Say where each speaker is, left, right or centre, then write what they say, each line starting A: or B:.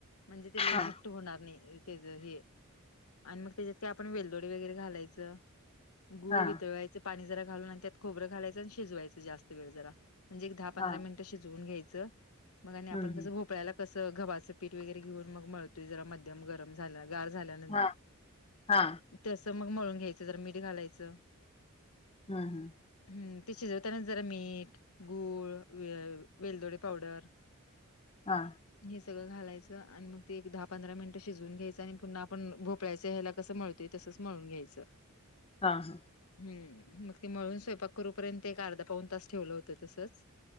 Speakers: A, on the left (about 80°); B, on the left (about 25°).
A: म्हणजे तेला
B: हा
A: एक घट. होणार नाही त्या हे आणि मग त्याच्यात काय आपण वेलदोडी वगैरे घालायचं. गुळ
B: हा
A: वितळवायचं पाणी जरा घालून आणि त्यात खोरं घालायचं आणि शिजवायचं जास्त वेळ जरा म्हणजे एक दहा पंधरा
B: हा
A: मिनिटं शिजवून घ्यायचं मग आणि आपण
B: हम्म हम्म
A: कसं भोपळ्याला कसं गव्हाचं पीठ वगैरे घेऊन मग मळतोय जरा मध्यम गरम झाला गार झाल्या.
B: हा हा
A: तस मग मळून घ्यायचं ज मीठ घालायचं.
B: हम हम.
A: हम्म ते शिजवताना जरा मीठ गूळ व वेलदोडे पावडर <inaudible>
B: हा.
A: हे सगळं घालायचं आणि मग ते एक दहा पंधरा मिनिटं शिजवून घ्यायचं आणि पुन्हा आपण भोपाळ्याच्या ह्याला कसं मळतोय तसंच म्हळून घ्यायचं.
B: हां हां.
A: हम् मग ते मळून स्वयंपाक करूपर्यंत एक अर्धा पाऊन तास ठेवलं होतं तसंच.